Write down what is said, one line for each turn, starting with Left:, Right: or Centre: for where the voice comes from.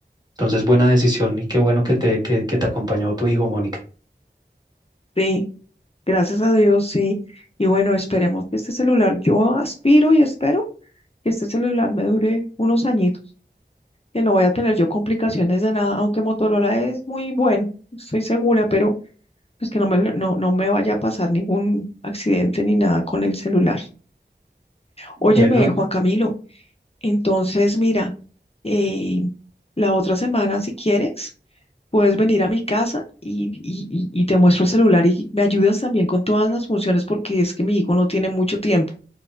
Right: Entonces, buena decisión y qué bueno que te, que que te acompañó tu hijo, Mónica.
Left: sí, gracias a Dios, sí. Y bueno, esperemos que este celular, yo aspiro y espero que este celular me dure unos añitos, que no voy a tener yo complicaciones de nada, aunque Motorola es muy bueno, estoy segura, pero pues que no me, no, no me vaya a pasar ningún accidente ni nada con el celular.
Right: Bueno,
Left: Óyeme, Juan Camilo, entonces mira, eh, la otra semana, si quieres. Puedes venir a mi casa y, y- y- y te muestro el celular y me ayudas también con todas las funciones porque es que mi hijo no tiene mucho tiempo